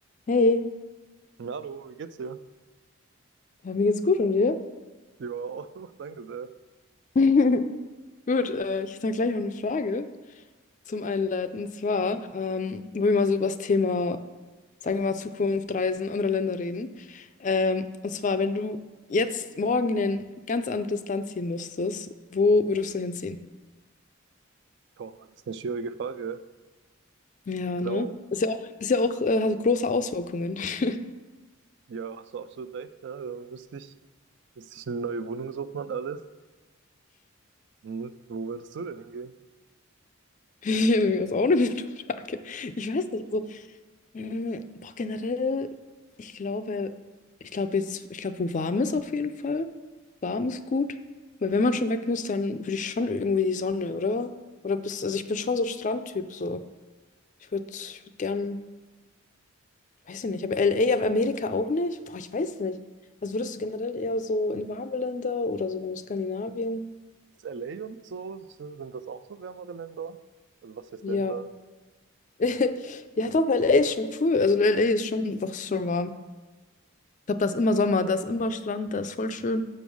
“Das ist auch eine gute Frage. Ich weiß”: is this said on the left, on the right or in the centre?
Left